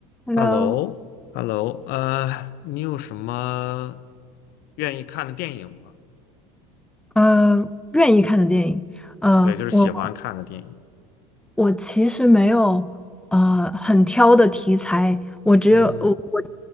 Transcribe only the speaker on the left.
Hello，Hello，呃，你有什么愿意看的电影吗？
对，就是喜欢看的电影。
嗯哼，